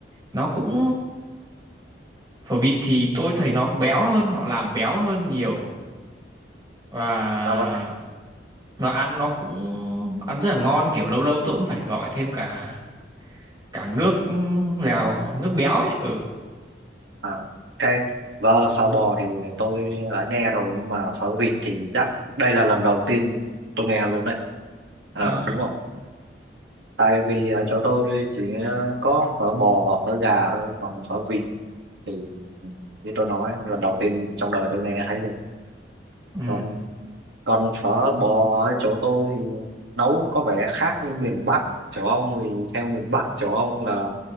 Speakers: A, on the right; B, on the right.
A: nó cũng phở vịt thì tôi thấy nó béo hơn họ làm béo hơn nhiều và
B: ra vậy.
A: nó ăn nó cũng ăn rất là ngon kiểu lâu lâu tôi cũng phải gọi thêm cả cả nước lèo nước béo ấy ừ
B: à cái và phở bò thì tôi đã nghe rồi nhưng mà phở vịt thì chắc đây là lần đầu tiên tôi nghe luôn đấy ờ
A: À,
B: đúng không tại vì ở chỗ tôi chỉ ờ, có phở bò và phở gà thôi còn phở vịt thì ừ, như tôi nói lần đầu tiên trong đời tôi nghe thấy luôn
A: Ừ,
B: còn còn phở bò ở chỗ tôi thì nấu có vẻ khác như miền Bắc chỗ ông vì theo miền Bắc chỗ ông là